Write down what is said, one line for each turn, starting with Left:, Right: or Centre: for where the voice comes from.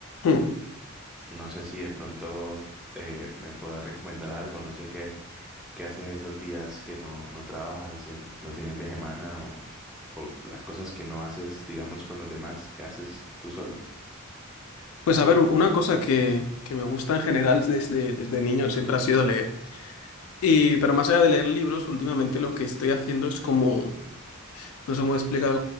Left: Ujú.
Centre: No sé si de pronto eh, me puedes recomendar algo, no sé qué ¿Qué haces esos días que no, no trabajas en los fines de semana o por las cosas que no haces, digamos, con los demás, que haces tú solo?
Left: Pues a ver, una cosa que, que me gusta en general desde, desde niño siempre ha sido leer. Y, pero más allá de leer libros, últimamente lo que estoy haciendo es como, no sé cómo explicar,